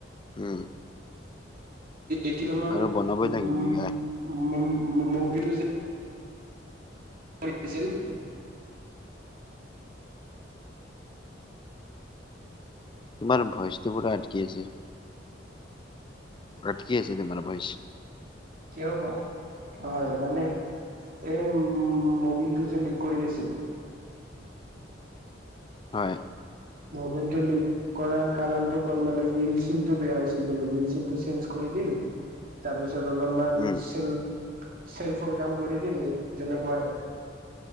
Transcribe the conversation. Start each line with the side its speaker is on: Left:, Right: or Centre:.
Left: উম।
Right: এতিয়া তোমাৰ
Left: আৰু
Right: উ
Left: বনাবই লাগিব
Right: উ
Left: নেকি? আহ
Right: মম-ম-মোবাইলটো যে <unintelligible>
Left: তোমাৰ ভইচটো পুৰা আটকি আছে। আটকি আছে তোমাৰ ভইছ।
Right: কিয় বা হয় মানে এই উ মবিলটো যে লিক কৰি আছিল।
Left: হয়।
Right: মোবাইলটো লিক কৰাৰ কাৰণতটো তৰ মানে হুইল শিলটো বেয়া হৈছিল বোলে। হুইল চিলটটো চেঞ্জ কৰি দিল। তাৰ পিছত অলপমান
Left: উম
Right: চেল চেল্ফৰ কাম কৰি দিল তেনেকুৱাই